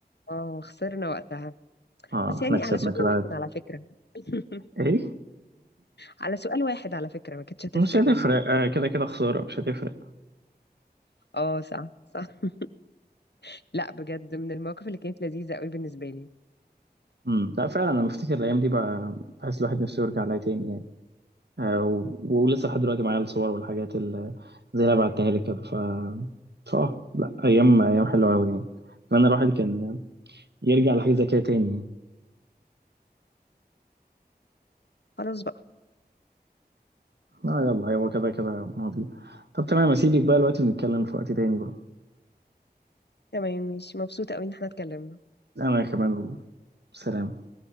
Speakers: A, on the left; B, on the right.
A: اه خسرنا وقتها
B: اه
A: بس يعني
B: احنا كسبنا
A: على سؤال
B: كده
A: واحد
B: عادي
A: على فكرة <laughs>
B: ايه
A: على سؤال واحد على فكرة ما كانتش هتفرق
B: مش هتفرق
A: يعني
B: آه كده كده خساره مش هتفرق
A: اه صح صح <laughs> لا بجد من المواقف اللي كانت لذيذة قوي بالنسبة لي
B: امم لا فعلا انا بفتكر الايام دي بقى بحس الواحد نفسه يرجع لها تاني يعني آه و... ولسه لحد دلوقتي معايا الصور والحاجات اللي زي اللي أنا بعتها لك كده ف فاه لا ايام ايام حلوه قوي يعني اتمنى الواحد كان يرجع لحاجه زي كده تاني يعني
A: خلاص بقى
B: اه يلا هو كده كده ماضي طب تمام اسيبك بقى دلوقتي ونتكلم في وقت تاني بقى
A: تمام مش مبسوطة قوي ان احنا اتكلمنا
B: انا كمان والله سلام